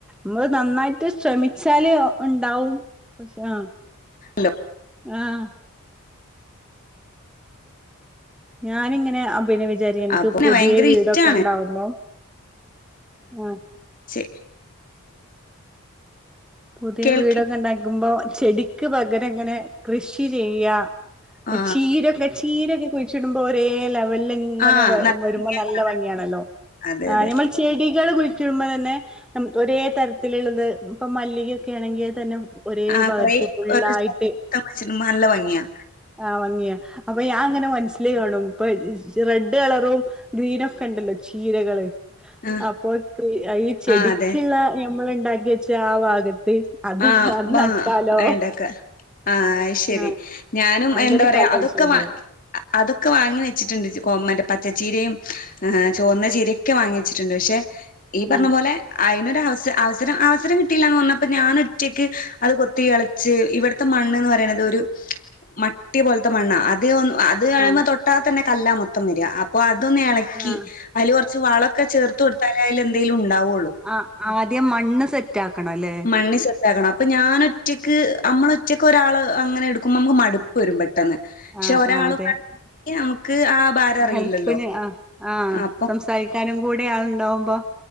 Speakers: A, in the centre; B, on the left (about 40°).
A: മ്മൾ നന്നായിട്ട് ശ്രമിച്ചാല് ഉണ്ടാവും. പക്ഷേ ആഹ്
B: ല്ലോ.
A: ആഹ് ഞാന്ങ്ങനെ അ പിന്നെ വിചാരിക്ക ഇൻക്ക്
B: അപ്പൊ
A: പുത്യേ
B: ഭയങ്കര
A: വീടൊക്കെ
B: ഇഷ്ടാണ്.
A: ണ്ടാവുമ്പോ ആഹ്
B: ശരി
A: പുതിയ
B: കേൾക്കി
A: വീടൊക്കെ ഇണ്ടാക്കുമ്പോ ചെടിക്ക് പകരം ഇങ്ങനെ കൃഷി ചെയ്യാ
B: ആ
A: ചീരക്കെ ചീരൊക്കെ കുഴിച്ചിടുമ്പോ ഒരേ ലെവല് ഇ ഇങ്ങനെ
B: ആ
A: വ
B: നല്ല
A: വരുമ്പൊ
B: ഭംഗിയാ
A: നല്ല
B: കാണാൻ.
A: ഭംഗിയാണല്ലോ
B: അതെ
A: ആ
B: അതെ.
A: ഞമ്മള് ചെടികള് കുയിച്ചിടുമ്പം തന്നെ ഒരേ തരത്തില്ള്ളത് ഇപ്പം മല്ലി ക ഒക്കെ ആണെങ്കി അഅ്തന്നെ ഒരേ
B: ആ
A: ഭാഗത്ത്
B: കൊറേ
A: ഫുള്ളായിട്ട്
B: ഒരു സ്ഥലം മൊത്തം വെച്ചിട്ട് നല്ല ഭംഗിയാ.
A: ആഹ് ഭംഗിയാ അപ്പ ഞാൻ ഇങ്ങനെ മനസ്സില് കാണും ഇപ്പ റെഡ് കളറും ഗ്രീനൊക്കെ ഇണ്ടല്ലോ ചീരകള്
B: ആ
A: അപ്പൊ ഈ ചെടിക്കുള്ള
B: ആ അതെ.
A: നമ്മൾ ഉണ്ടാക്കി വെച്ച ആ ഭാഗത്ത് അത്
B: ആഹ്
A: അത്
B: ബാ
A: നട്ടാലോ
B: അയണ്ടക്ക ആഹ് അത് ശരി
A: ആഹ്
B: ഞാനും
A: അങ്ങനൊക്കെ
B: എന്താ പറയാ
A: ആലോചിച്ചത്
B: അതൊക്കെ വ അതൊക്കെ വാങ്ങി വെച്ചിട്ടുണ്ട് കോ മറ്റെ പച്ചച്ചീരയും ആഹ് ചുവന്ന ചീരയും ഒക്കെ വാങ്ങി വെച്ചിട്ടുണ്ട് പക്ഷെ ഈ
A: ആഹ്
B: പറഞ്ഞ പോലെ അതിനൊരു അവസരം അവസരം കിട്ടിയില്ലന്ന് പറഞ്ഞപ്പോ ഞാൻ ഒറ്റക്ക് അത് കൊത്തി കെളച്ച് ഇവിടുത്തെ മണ്ണ്ന്ന് പറയണത് ഒരു മട്ടി പോലത്തെ ത്തെ മണ്ണാ അത് അത് അയ്മേ
A: ആഹ്
B: തൊട്ടാെ തന്നെ കല്ലാ മൊത്തം വരിക അപ്പോ അതൊന്ന് എള ക്കി
A: ആഹ്
B: അതില് കൊറച് വളൊക്കെ ചേർത്ത് കൊടുത്താലേ അതിൽ എന്തെങ്കിലും ഉണ്ടാവുള്ളൂ
A: ആ ആദ്യം മണ്ണ് സെറ്റാക്കണം ലെ
B: മണ്ണ് സെറ്റാക്കണം അപ്പൊ ഞാനൊറ്റക്ക് അമ്മളൊറ്റ ഒറ്റക്ക് ഒരാള് അങ്ങനെ എടുക്കുമ്പോ നമുക്ക് മടുപ്പ് വരും പെട്ടെന്ന് പക്ഷെ
A: ആഹ്
B: ഒരാള്
A: ആഹ് അതെ
B: നമുക്ക് ആ ഭാരം അറിയില്ലല്ലോ.
A: ഹെൽപ്പിന് ആ ആഹ്
B: അപ്പൊ
A: സംസാരിക്കാനും കൂടി ആള് ണ്ടാവുമ്പോ